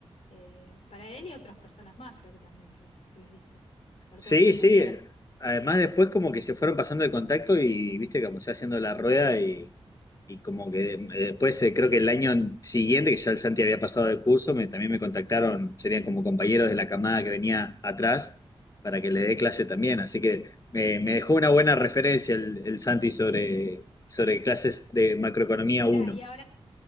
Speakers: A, on the left; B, on the left.
A: eh, para él y otras personas más, creo que también que, que les diste, para
B: Sí,
A: otros compañeros.
B: sí. Además, después como
A: Ujú.
B: que se fueron pasando el contacto y viste como se va haciendo la rueda y, y como que eh, después eh, creo que el año siguiente, que ya el Santi había pasado de curso, me, también me contactaron, serían como compañeros de la camada que venía atrás para que le dé clase también. Así que me, me dejó una buena referencia el, el Santi sobre, sobre clases de macroeconomía
A: Y Mira,
B: uno
A: y ahora